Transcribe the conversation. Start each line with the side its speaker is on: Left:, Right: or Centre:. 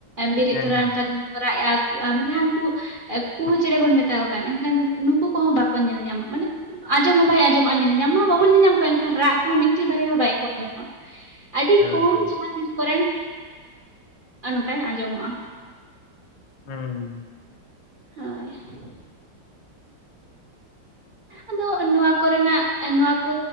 Right: ᱵᱮᱨᱮᱫ
Left: ᱦᱮᱸ
Right: ᱛᱚᱨᱟ
Left: ᱦᱮᱸ
Right: <unintelligible> ᱨᱟᱜ ᱮᱜᱼᱟ ᱡᱟᱦᱟᱸ ᱩᱱᱠᱩ ᱠᱩᱦᱩ ᱪᱮᱬᱮ ᱵᱚᱱ ᱢᱮᱛᱟ ᱠᱟᱱ, ᱮᱱᱠᱷᱟᱱ ᱱᱩᱠᱩ ᱠᱚᱦᱚᱸ ᱵᱟᱠᱚ ᱧᱮᱞ ᱧᱟᱢᱚᱜ ᱢᱟᱱᱮ ᱟᱸᱡᱚᱢ ᱦᱚᱸ ᱵᱟᱭ ᱟᱸᱡᱚᱢᱚᱜᱼᱟ, ᱧᱮᱞ ᱧᱟᱢ ᱵᱟᱵᱚᱱ ᱧᱮᱞᱧᱟᱢ ᱠᱚᱣᱟ ᱮᱱᱠᱷᱟᱱ ᱨᱟᱜ ᱠᱚᱦᱚᱸ ᱢᱤᱫᱴᱤᱡ ᱵᱟᱨᱭᱟ ᱦᱚᱸ ᱵᱟᱭ ᱠᱚ ᱟᱸᱡᱚᱢᱚᱜ-ᱟ ᱾ ᱟᱹᱰᱤ
Left: ᱦᱳᱭ
Right: ᱠᱚᱢ
Left: ᱦᱳᱭ
Right: ᱡᱟᱦᱟᱸ ᱛᱤᱥ ᱠᱚᱨᱮᱱ ᱮᱸ ᱱᱚᱝᱠᱟᱧ ᱟᱸᱡᱚᱢᱚᱜᱼᱟ ᱾
Left: ᱦᱩᱸᱻ ᱾
Right: ᱦᱳᱭ ᱾ ᱟᱫᱚ ᱱᱚᱣᱟ ᱠᱚ ᱨᱮᱱᱟᱜ ᱱᱚᱣᱟ ᱠᱚ